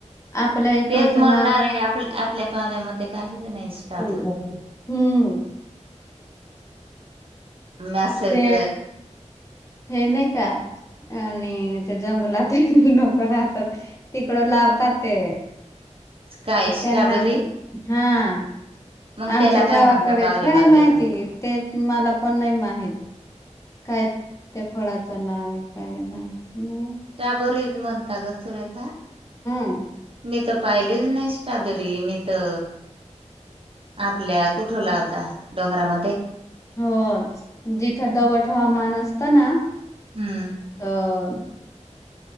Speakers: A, on the left; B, on the right.
A: आपल्या. इकडचं
B: तेच म्हणणार
A: नाव
B: आहे आप आपल्या पावऱ्यामध्ये काहीच नाही स्टाबोरी.
A: हम्म हम्म.
B: मेसेज.
A: ते हे नाही का आणि ते जंगलातही लोक राहतात. तिकडं लावतात ते
B: काय
A: त्यांना
B: स्ट्रॉबेरी
A: हा.
B: मग
A: आमच्या
B: त्याला काय
A: गावाकडे
B: म्हणता पावरीमध्ये
A: काय माहिती ते मला पण नाही माहीत. काय त्या फळाचं नाव आहे काय माहिती नाही.
B: त्या बरी म्हणता ग सुरेखा.
A: हम.
B: मी तर पाहिलेच नाही स्ट्रॉबेरी मी त आपल्या कुठे लावता डोंगरामध्ये
A: हो जिथं दमट हवामान असतं ना.
B: हम्म.
A: अ